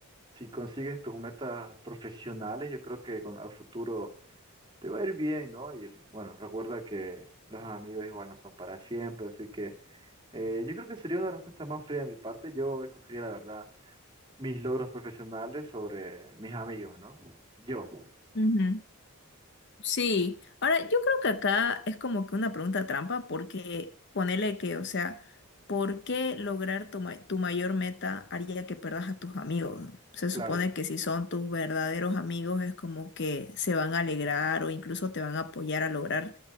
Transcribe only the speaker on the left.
Ujú. Sí, ahora yo creo que acá es como que una pregunta trampa porque ponele que, o sea, ¿por qué lograr tu, ma- tu mayor meta haría que perdas a tus amigos? Se
supone que si son tus verdaderos amigos es como que se van a alegrar o incluso te van a apoyar a lograr